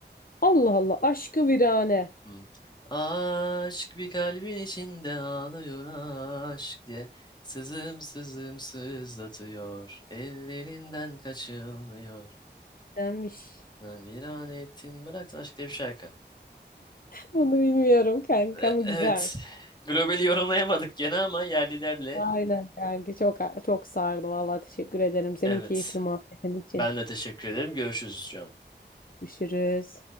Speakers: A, on the left (about 50°); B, on the left (about 25°).
A: Allah Allah aşkı virane.
B: Hmm. Aşk bir kalbin içinde ağlıyor aşk diye. Sızım sızım sızlatıyor. Ellerinden kaçılmıyor.
A: Denmiş.
B: Ha, Virane ettin bıraktın aşk diye bir şarkı.
A: Bunu bilmiyorum kanka
B: E-
A: ama
B: evet.
A: güzelmiş.
B: Globali yorumlayamadık gene ama yerlilerle
A: Aynen kanka çok çok sardı vallahi teşekkür ederim senin
B: evet.
A: keyifli muhabbetin için.
B: Ben de teşekkür ederim. Görüşürüz canım.
A: Görüşürüz.